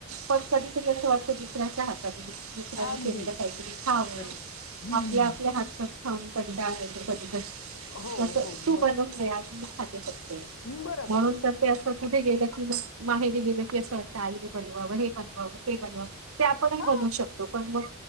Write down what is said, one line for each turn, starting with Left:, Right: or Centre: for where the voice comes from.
Right: पण कधीतरी असं वाटतो की दुसऱ्याचा हातानी दुसऱ्यानी
Left: अगदी
Right: केलेला काहीतरी खाऊ.
Left: प्रश्न हम्म
Right: आपल्या आपल्या हातात खाऊन कंटाळा येतो कधी-कधी.
Left: हो
Right: तसं
Left: हो
Right: तू
Left: मग
Right: बनवून दे आज मी खाते फक्त.
Left: बरोबर
Right: म्हणून
Left: आहे
Right: तर ते असं कुठे गेलं की मग माहेरी गेलं की असं वाटतं आईने बनवाव हे बनवाव ते बनवाव. ते आपणही
Left: हा
Right: बनवू शकतो पण मग